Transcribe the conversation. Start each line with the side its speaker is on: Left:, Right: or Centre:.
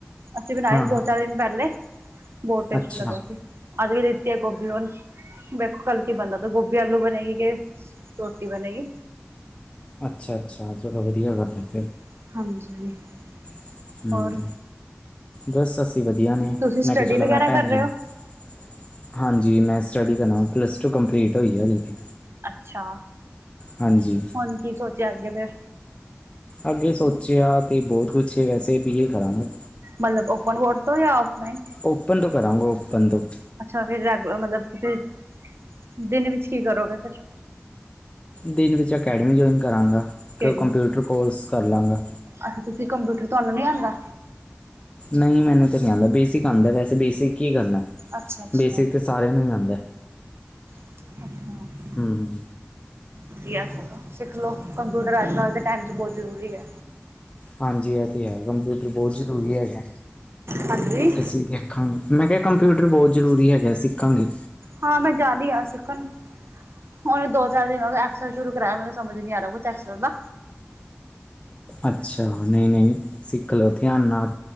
Right: ਅਸੀਂ ਬਣਾਏ
Left: ਹਾਂ
Right: ਸੀ ਦੋ
Left: ਹਾਂ
Right: ਚਾਰ ਦਿਨ ਪਹਿਲੇ <inaudible> ਬਹੁਤ ਟੇਸਟ
Left: ਅੱਛਾ
Right: ਲੱਗਿਆ ਸੀ ਅੱਜ ਵੀ ਲਿਤੀ ਆ ਗੋਭੀ ਹੁਣ ਵੇਖੋ ਕੱਲ ਕੀ ਬਣਦਾ ਤ ਗੋਭੀ ਆਲੂ ਬਣੇਗੀ ਕਿ ਰੋਟੀ ਬਣੇਗੀ।
Left: ਅੱਛਾ ਅੱਛਾ ਚਲੋ ਵਧੀਆ ਨਾ
Right: <unintelligible>
Left: ਫੇਰ
Right: ਹਾਂਜੀ <unintelligible>
Left: <unintelligible> ਹੂੰ
Right: ਹੋਰ
Left: ਬਸ ਅਸੀਂ ਵਧੀਆ ਨੇ
Right: ਤੁਸੀਂ ਸਟੱਡੀ
Left: ਮੈਂ ਕਿਹਾ ਚਲੋ
Right: ਵਗੈਰਾ
Left: ਮੈਂ ਭੈਣ
Right: ਕਰ ਰਹੇ
Left: ਜੀ ਨੂੰ
Right: ਹੋ
Left: <unintelligible> ਹਾਂਜੀ ਮੈਂ ਸਟੱਡੀ ਕਰਨਾ ਪਲੱਸ ਟੂ ਕੰਪਲੀਟ ਹੋਈ ਹੈ ਹਲੇੇ ਤੇ
Right: ਅੱਛਾ <inaudible>
Left: ਹਾਂਜੀ
Right: ਹੁਣ ਕੀ ਸੋਚਿਆ ਅੱਗੇ ਫੇਰ?
Left: ਅੱਗੇ ਸੋਚਿਆ ਤੇ ਬਹੁਤ ਕੁਛ ਵੈਸੇ ਬੀ ਏ ਕਰਾਂਗਾ
Right: ਮਤਲਬ ਓਪਨ ਬੋਰਡ ਤੋਂ ਯਾਂ ਔਫਲਾਈਨ।
Left: ਓਪਨ ਤੋਂ ਕਰਾਂਗਾ ਓਪਨ ਤੋਂ।
Right: ਅੱਛਾ ਫੇਰ ਰੈਗ ਮਤਲਬ ਕਿ ਫ ਦਿਨ ਵਿੱਚ ਕੀ ਕਰੋਗੇ ਫੇਰ?
Left: ਦਿਨ ਵਿੱਚ ਅਕੈਡਮੀ ਜੁਆਇਨ ਕਰਾਂਗਾ
Right: ਕਿਹੜੀ
Left: ਕੋ ਕੰਪਿਊਟਰ ਕੋਰਸ ਕਰ ਲਾਂਗਾ।
Right: ਅੱਛਾ, ਤੁਸੀ ਕੰਪਿਊਟਰ ਤੁਆਨੂੰ ਨੀ ਆਂਦਾ?
Left: ਨਈ ਮੈਨੂੰ ਤੇ ਨੀ ਆਂਦਾ। ਬੇਸਿਕ ਆਂਦਾ ਵੈਸੇ ਬੇਸਿਕ ਈ ਕਰਨੈ।
Right: ਅੱਛਾ ਅੱਛਾ
Left: ਬੇਸਿਕ ਤੇ ਸਾਰੇਆਂ ਨੂੰ ਈ ਆਦੈ।
Right: ਅਛਾ।
Left: ਹੂੰ।
Right: ਵਧੀਆ ਸਿੱਖਲੋ ਕੰਪਿਊਟਰ ਅੱਜ ਕੱਲ ਦੇ ਟੈਮ ਚ ਬੋਤ ਜਰੂਰੀ ਐ।
Left: ਹਾਂਜੀ ਐ ਤੇ ਹੈ ਕੰਪਿਊਟਰ ਬੋਤ ਜ਼ਰੂਰੀ ਹੈਗੈ
Right: ਹਾਂਜੀ
Left: ਅਸੀ ਵੇ, ਖਾਂ ਮੈਂ ਕੇਆ ਕੰਪਿਊਟਰ ਬੋਤ ਜਰੂਰੀ ਹੈਗਾ ਸਿੱਖਾਂਗੇ।
Right: ਹਾਂ ਮੈਂ ਜਾ ਰੀ ਆ ਸਿੱਖਣ। ਹੁਨੇ ਦੋ ਚਾਰ ਦਿਨ ਹੋਗੇ। ਐਕਸਲ ਸ਼ੁਰੂ ਕਰਾਆ ਮੈਨੂੰ ਸਮਝ ਨੀ ਆ ਰੇਆ ਕੁਛ ਐਕਸਲ ਦਾ।
Left: ਅੱਛਾ, ਨਈ ਨਈ ਸਿੱਖਲਓ ਧਿਆਨ ਨਾਲ।